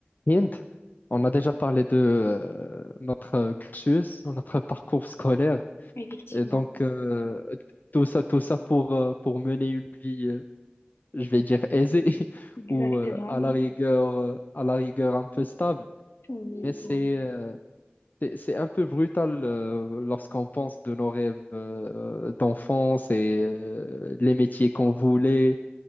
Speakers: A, on the left; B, on the left.
A: Hind, on a déjà parlé de euh, notre euh, cursus, notre parcours scolaire,
B: Effectivement,
A: et donc euh, tout ça, tout ça pour, euh, pour mener une vie, euh, je vais dire aisée, <laughs>
B: exactement.
A: ou euh, à la rigueur, euh, à la rigueur un peu stable.
B: Oui,
A: Mais c'est
B: oui.
A: euh, c'est c'est un peu brutal euh, lorsqu'on pense de nos rêves euh, d'enfance et euh, les métiers qu'on voulait.